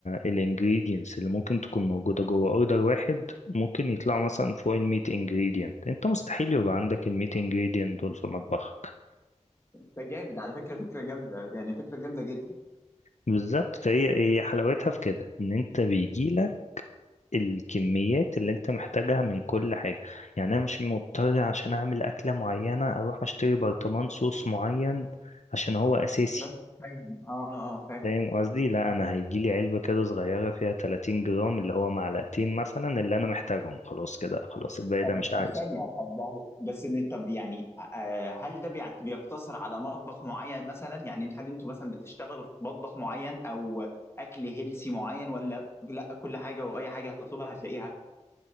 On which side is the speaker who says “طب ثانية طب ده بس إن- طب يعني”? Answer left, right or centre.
Left